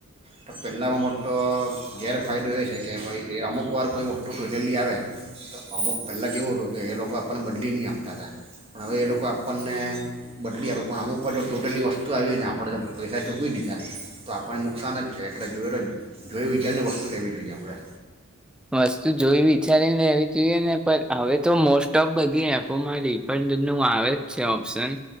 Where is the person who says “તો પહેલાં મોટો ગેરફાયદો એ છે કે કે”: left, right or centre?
Right